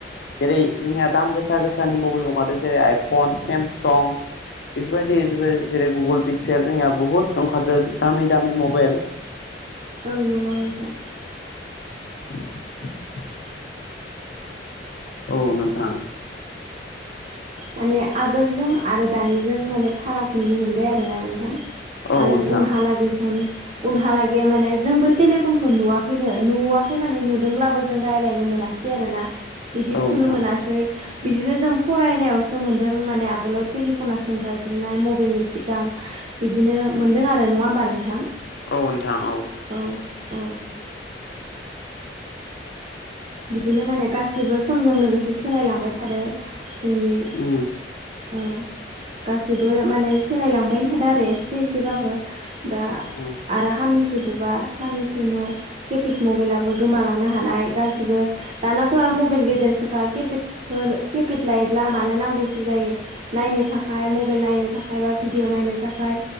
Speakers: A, on the left; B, on the right.
A: जेरै जोंनिया दाम गोसा गोसानि मबाइल बो ओंखादों जेरै आइफन सेमसं बेफोरबायदि ज जेरै गुगोल पिक्सिल जोंनिया बुहुत खारादो दामि दामि मबाइल
B: आं नंगौ नोंथां।
A: <inaudible> औ नोंथां।
B: माने आगोलजों आरो दानिजों माने फाराग नुनो मोनबाय आरोना नोंथां
A: औ
B: आरो
A: नोंथां
B: उनहालागै सम उनहालागै माने जोंबो टेलिफनखौ नुवाखैनो नुवाखै माने नुदोंब्लाबो जों रायज्लायनो मोनाखै खै आरोना बिदि
A: औ
B: थुनो
A: नोंथां
B: मोनै बिदिनो जों फरायनायाव सो मोन्दों माने आगोलाव टेलिफना सोंथारग्रोनाय मबाइलनि सिगां बिदिनो मोनदों आरो नङा होमबा नोंथां?
A: औ नोंथां औ।
B: औ औ। बिदिनो माने गासैबो समजों लोगोसे सोलायलांबाय थादो जोंनि
A: उम।
B: औ। गासैबो माने सोलायलांबायानो थादों आरो एसे एसेबाबो दा
A: औ।
B: आरो साननैसो बुबा साननैसो उनाव केपिड मबाइलाबो गोमालांनो हानाय गासै बो दानाथ' आरो मबाइल गेदेरसोखा किपेड ओ केपिटेलायो लामानो नांगौसो जायो। नायनो थाखाय मबाइल नायनो थाखाय बा भिडिअ नायनो थाखाय